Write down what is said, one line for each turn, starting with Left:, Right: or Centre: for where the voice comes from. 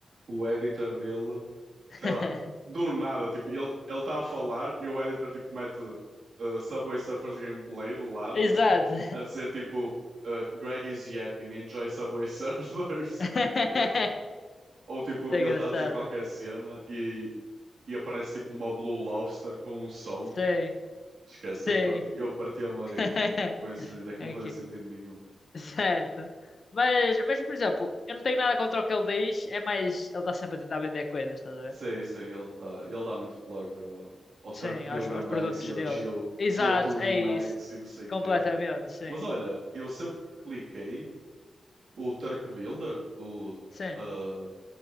Right: o editor dele
Left: <laughs>
Right: sei lá, do nada, tipo, ele ele está a falar e o editor tipo mete uh, Subway Surfers gameplay do lado,
Left: Exato.
Right: <laughs> que- a dizer tipo uh, Greg is yapping, enjoy Subway Surfers.
Left: <laughs>
Right: <laughs> E é, ti- ou tipo,
Left: Isso
Right: ele
Left: é engraçado,
Right: está a dizer qualquer cena e, e aparece tipo uma Blue Lobster com um som.
Left: sim,
Right: Esquece,
Left: sim.
Right: eu parti, eu partia-me a
Left: <laughs>
Right: rir com, com esse vídeo, é que
Left: é
Right: não fazia
Left: que
Right: sentido nenhum.
Left: Certo. Mas, mas, por exemplo, eu não tenho nada contra o que ele diz, é mais ele está sempre a tentar vender coisas, estás a ver?
Right: Sim, sim, ele tá, ele dá muito plug ao, ao Turk
Left: Sim,
Right: Builder
Left: aos, aos
Right: Max
Left: produtos
Right: e ao
Left: dele.
Right: Geo,
Left: Exato,
Right: Geo2v
Left: é
Right: Max
Left: isso.
Right: e não sei o
Left: Completamente,
Right: quê.
Left: sim.
Right: Mas olha, eu sempre que cliquei, o Turk Builder, o.
Left: Sim.
Right: ah,